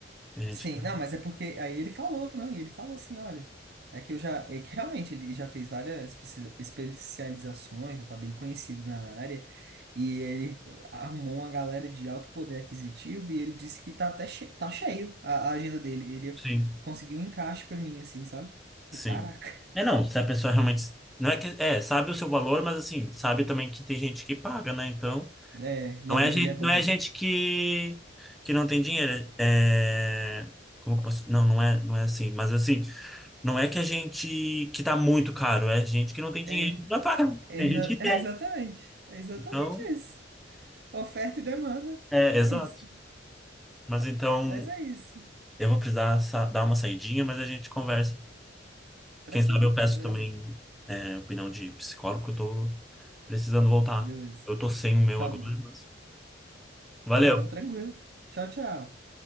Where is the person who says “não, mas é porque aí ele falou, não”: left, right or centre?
Right